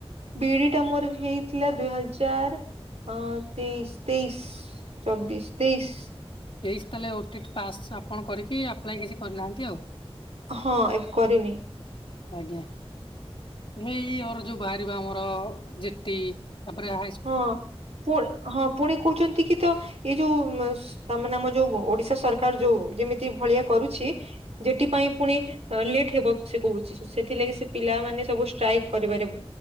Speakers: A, on the right; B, on the left.
A: BEd ଟା ମୋର ହେଇଥିଲା ଦୁଇ ହଜାର ଅ ତେଇଶ ତେଇଶି। ଚବିଶ ତେଇଶି।
B: ତେଇଶି ତାହେଲେ ଓଟି ଟି ପାସ୍ ଆପଣ କରିକି ଆପ୍ଲାଏ କିଛି କରିନାହାନ୍ତି ଆଉ।
A: ହଁ ଏବେ କରିନି।
B: ଆଜ୍ଞା, ଏଇ ଇଅର ଯୋଉ ବାହାରିବା ଆମର ଯେଟି ତାପରେ ହା
A: ହଁ ପୁ ହଁ ପୁଣି କହୁଛନ୍ତି କି ତ ଏଇ ଯୋଉ ତାମାନେ ଆମ ଯୋଉ ଓଡିଶା ସରକାର ଯୋଉ ଯେମିତି ଭଳିଆ କରୁଛି ଯେଥିପାଇଁ ପୁଣି ଲେଟ ହେବ ସେ କହୁଛି ସେଥିଲାଗି ସେ ପିଲାମାନେ ସବୁ ଷ୍ଟ୍ରାଇକ୍ କରିବାରେ